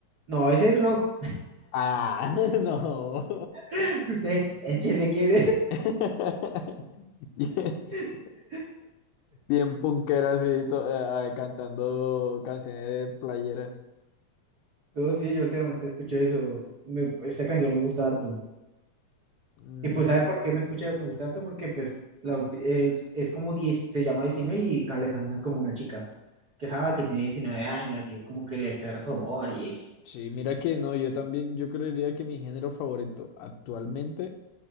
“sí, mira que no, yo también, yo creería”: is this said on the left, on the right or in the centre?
Left